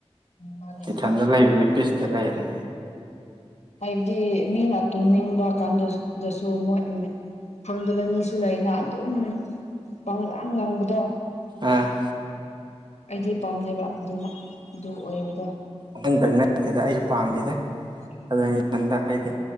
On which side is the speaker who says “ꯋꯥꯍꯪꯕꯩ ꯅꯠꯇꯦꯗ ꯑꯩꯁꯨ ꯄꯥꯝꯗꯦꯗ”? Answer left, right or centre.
Right